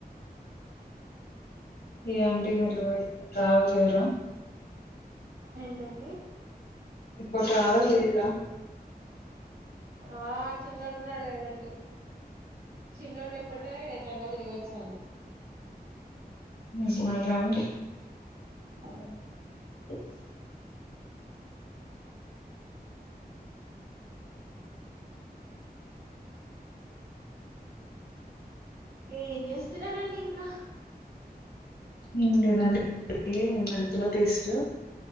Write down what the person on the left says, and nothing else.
ఏ అండి మీరు ట్రావెల్ చేయరా
ఎక్కువ ట్రావెల్ చేయరా
మస్మగడ్
<inaudible>
ఇడి దాన్ని మెంతుల పేస్ట్